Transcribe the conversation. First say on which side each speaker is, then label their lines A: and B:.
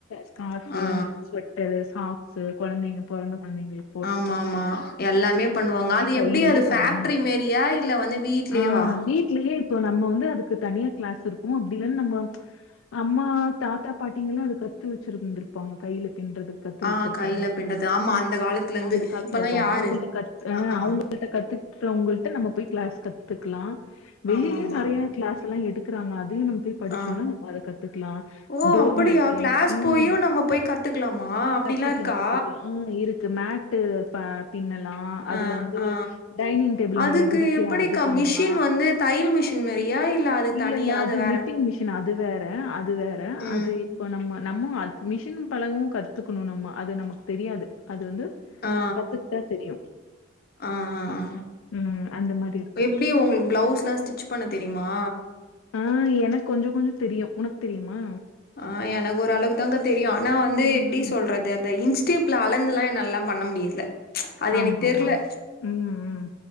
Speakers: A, on the left (about 80°); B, on the left (about 50°).
A: ஸ்கார்ஃபு
B: ஆ ஆ.
A: ஸ்வொட்டரு சாக்ஸ்சு கொழந்தைங்க பொறந்த கொழந்தைங்களு
B: ஆமா மா மா எல்லாமே பண்ணுவாங்க அது
A: கையிலயே
B: எப் டி அது
A: பண்ணுவாங்க.
B: ஃபாக்டரி மேரியா இல்ல வந்து வீட்லேவா
A: ஆ வீட்லயே இப்போ நம்ம வந்து அதுக்கு தனியா கிளாஸ் இருக்கு அப்டி இல்லனா நம்ப அம்மா தாத்தா பாட்டிங்கல்லா அது கத்து வச்சுருந்திருப்பாங்க கையில பின்றது கத்து
B: ஆ
A: வச்சுருப்பாங்க
B: கையில பின்றது ஆமா அந்த காலத்துல இருந்து
A: அந்த காலத்துல
B: இப்பல்லா
A: இருக்கவங்க
B: யாரு
A: அவங்கள்ட்ட கத் அ
B: ஆ ஆ
A: அவுங் ங்கள்ட கத்துக்றவங்கள்ட நம்ம போய் க்ளாஸ் கத்துக்கலா வெளியிலயு
B: ஆமா ஆமா
A: நெறைய க்ளாஸ் எல்லா எடுக்றாங்க அதையு நம்ம போய் படிச்சோன்னா
B: ஆ
A: நம்ம அத கத் கத்துக்கலா
B: ஓ
A: டோர்
B: அப்படியா
A: மேட்டு்
B: கிளாஸ்
A: ம்
B: போயு நம்ம போய் கத்துக்கலாமா அப்டிலா
A: கத்துக்லா
B: இருக்கா
A: கத்துக்லா உ இருக் மேட்டு பா பின்னலா
B: ஆ
A: அதுல வந்து
B: ஆ
A: டைனிங் டேபிள்
B: அதுக்கு
A: மேல விரிக்கலா
B: எப்படிக்கா
A: அது பண்ணலா
B: மிஷின் வந்து தையல் மிஷின் மாரியா அது
A: இல்ல
B: தனியா
A: இல்ல அது
B: வேற
A: நி டிங் மிஷின் அது வேற அது வேற
B: ம்
A: அது இப்போ நம்ம நம்ம அத் மிஷினு பழகு கத்துக்கணு நம்ம அது நமக்கு தெரியாது அது வந்து
B: ஆ
A: கத்துக்கிட்டா தெரியு
B: ஆ ஆ ஆ
A: ம் அந்த மாரி இருக்கு
B: ப்டி உங்களுக்கு ப்ளவுஸ்லா ஸ்டிச் பண்ண தெரியுமா
A: ஆ எனக்கு கொஞ்சோ கொஞ்சோ தெரியு உனக்கு தெரியுமா
B: ஆ எனக்கு ஒரு அளவுக்கு தாங்க தெரியு ஆனா வந்து
A: ம்
B: எப்டி
A: ம்
B: சொ சொல்றது அந்த இன்ஸ்டேப்ல அளந்துலா என்னால்லா பண்ண முடியல அது
A: ஆமா
B: எனக்கு
A: ஆமா
B: தெர்ல
A: ஆமா. ம் ம்.